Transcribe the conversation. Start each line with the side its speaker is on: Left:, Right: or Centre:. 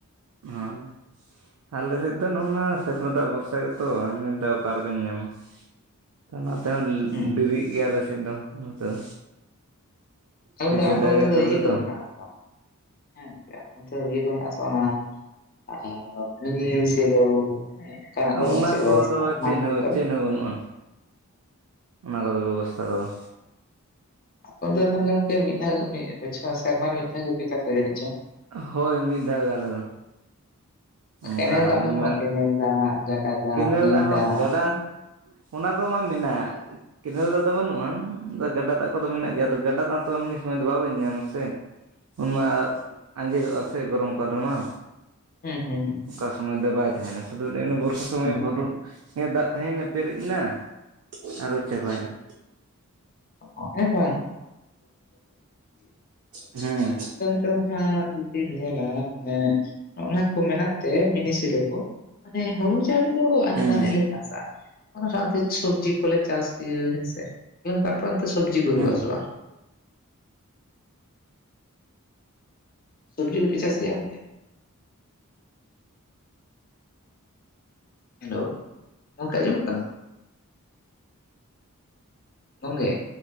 Right: ᱦᱮᱸ ᱟᱞᱮ ᱥᱮᱫ ᱫᱚ ᱱᱚᱜᱼ ᱱᱟ ᱥᱮᱨᱢᱟ ᱫᱟᱜ ᱵᱷᱚᱨᱥᱟ ᱜᱮ ᱛᱚ ᱮᱢᱱᱤ ᱫᱚ ᱚᱠᱟᱨᱮ ᱵᱤᱱ ᱧᱟᱢᱟ ᱚᱱᱟ ᱛᱮᱦᱚᱸ
Left: ᱦᱩᱸ
Right: ᱰᱮᱨᱤᱜ ᱜᱮᱭᱟ ᱟᱞᱮ ᱥᱮᱫ ᱫᱚ ᱱᱚᱛᱮ ᱫᱚ
Left: ᱦᱩᱸ
Right: ᱛᱤᱥᱮ
Left: <inaudible> ᱟᱯᱮ
Right: ᱫᱟᱜᱟᱭ
Left: ᱚᱱᱛᱮ ᱫᱚ
Right: ᱛᱚᱵᱮ
Left: ᱤᱭᱟᱹ ᱠᱚᱫᱚ
Right: ᱛᱚ
Left: ᱢᱮᱱᱟᱜ ᱟᱥᱮ ᱵᱟᱝ ᱦᱮᱸ ᱜᱚᱝᱠᱮ ᱚᱱᱛᱮ ᱫᱚ ᱤᱭᱟᱹ ᱠᱚ ᱫᱚ ᱢᱮᱱᱟᱜ-ᱟ ᱥᱮ ᱚᱱᱟ ᱟᱨ ᱢᱤᱱᱤ ᱥᱮᱞᱳ ᱚᱱᱠᱟᱱᱟᱜ ᱵᱟᱹᱱᱩᱜᱼᱟ
Right: ᱚᱱᱟ
Left: ᱪᱮᱫ ᱵᱮᱵᱚᱥᱛᱷᱟ
Right: ᱠᱚᱫᱚ
Left: ᱢᱟᱴ
Right: ᱪᱮᱫ
Left: ᱠᱚ
Right: ᱦᱚᱸ
Left: ᱠᱚᱨᱮ
Right: ᱪᱮᱫ ᱦᱚᱸ ᱵᱟᱹᱱᱩᱜᱼᱟ ᱚᱱᱟ ᱠᱚ ᱵᱮᱵᱚᱥᱛᱷᱟ-ᱟ
Left: ᱟᱯᱮ ᱫᱚ ᱛᱟᱦᱚᱞᱮ ᱜᱚᱝᱠᱮ ᱢᱤᱫ ᱫᱷᱟᱣ ᱢᱤᱫ ᱵᱚᱪᱷᱚᱨ ᱥᱮᱨᱢᱟ ᱨᱮ ᱢᱤᱫ ᱫᱷᱟᱣ ᱜᱮᱯᱮ ᱪᱟᱥᱟ ᱡᱟᱱᱤᱡ ᱪᱚᱝ
Right: ᱦᱳᱭ ᱢᱤᱫ ᱫᱷᱟᱣ ᱜᱮ ᱟᱞᱮ ᱫᱚ ᱚᱱᱠᱟ
Left: ᱠᱮᱱᱮᱞ ᱫᱟᱜ ᱵᱟᱹᱱᱩᱜᱼᱟ
Right: ᱢᱮᱱ
Left: ᱠᱮᱱᱮᱞ ᱫᱟᱜ ᱜᱟᱰᱟ
Right: ᱠᱮᱱᱮᱞ
Left: ᱱᱟᱹᱭ
Right: ᱫᱟᱜ ᱦᱚᱸ ᱜᱟᱰᱟ
Left: ᱚ
Right: ᱚᱱᱟ ᱠᱚ ᱢᱟ ᱢᱮᱱᱟᱜ-ᱟ ᱠᱮᱱᱮᱞ ᱫᱟᱜ ᱫᱚ ᱵᱟᱹᱱᱩᱜ-ᱟ ᱟᱫᱚ ᱜᱟᱰᱟ ᱫᱟᱜ ᱠᱚ ᱫᱚ ᱢᱮᱱᱟᱜ ᱜᱮᱭᱟ ᱜᱟᱰᱟ ᱫᱟᱜ ᱛᱚ ᱮᱢᱱᱤ ᱥᱚᱢᱚᱭ ᱫᱚ ᱵᱟᱵᱮᱱ ᱧᱟᱢᱟ ᱥᱮ ᱚᱱᱟ ᱟᱡᱮᱫᱚᱜ-ᱟ ᱥᱮ ᱜᱚᱨᱚᱢ ᱠᱟᱞ ᱨᱮᱢᱟ
Left: ᱦᱩᱸ ᱦᱩᱸ ᱦᱩᱸ
Right: ᱚᱠᱟ ᱥᱚᱢᱚᱭ ᱫᱚ ᱵᱟᱭ ᱛᱟᱦᱮᱱᱟ ᱥᱩᱫᱩ <unintelligible> ᱵᱚᱨᱥᱟ ᱥᱚᱢᱚᱭ
Left: ᱦᱩᱸ ᱦᱩᱸ
Right: ᱵᱷᱰᱩ ᱜᱮ ᱫᱟᱜ ᱛᱟᱦᱮᱭ ᱱᱟ ᱯᱮᱨᱮᱡ ᱮᱱᱟ ᱟᱨᱦᱚ ᱪᱟᱵᱟᱭᱮᱱᱟ
Left: <inaudible>
Right: ᱦᱮᱸ
Left: ᱡᱟᱦᱟᱸ ᱡᱩᱫᱤᱢ ᱧᱮᱞᱟ ᱢᱟᱱᱮ ᱚᱱᱟ ᱠᱚ ᱢᱮᱱᱟᱜ ᱛᱮ ᱢᱤᱱᱤᱥᱤᱞᱳ ᱠᱚ ᱢᱟᱱᱮ ᱦᱩᱲᱩ ᱟᱹ ᱪᱟᱹᱣᱞᱤ ᱫᱚ ᱮᱱᱮᱡ
Right: ᱦᱮᱸ
Left: ᱫᱷᱟᱱᱮᱡ ᱞᱮ ᱪᱟᱥᱟ ᱚᱱᱟ ᱥᱟᱶᱛᱮ ᱥᱚᱵᱽᱡᱤ ᱠᱚᱞᱮ ᱪᱟᱥ ᱤᱭᱟᱹ ᱦᱮᱸᱥᱮ ᱜᱚᱝᱠᱮ ᱟᱯᱮ ᱚᱱᱛᱮ ᱥᱚᱵᱽᱡᱤ ᱠᱚ ᱦᱩᱭᱩᱜ-ᱟ
Right: ᱦᱮᱸ
Left: ᱥᱮ ᱵᱟᱝ ᱥᱚᱵᱽᱡᱤ ᱠᱚᱯᱮ ᱪᱟᱥ ᱜᱮᱭᱟ ᱠᱚᱢᱠᱮ ᱦᱮᱞᱳ ᱜᱚᱝᱠᱮ ᱟᱸᱡᱚᱢᱚᱜ ᱠᱟᱱᱟ ᱜᱚᱝᱠᱮ